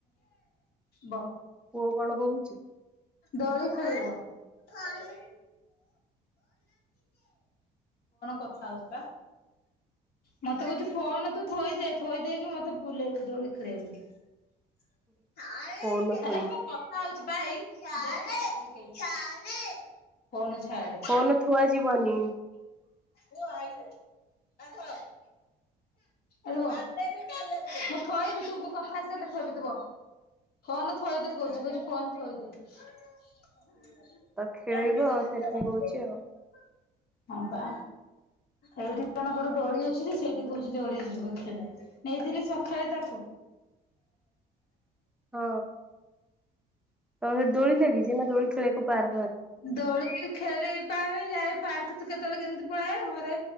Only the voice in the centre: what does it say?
ପୁଅ କଣ କହୁଛି
ଫୋନ
ଥୋଇଦେ
ଫୋନ ଥୁଆ ଯିବନି।
ତ ଖେଳିବ ସେଥିପାଇଁ କହୁଛି
ଆଉ
ହଁ। ତ ସେଠି ଦୋଳି ଲାଗିଛି, ନା ଦୋଳି ଖେଳିବାକୁ ପାର୍କ ଆସ?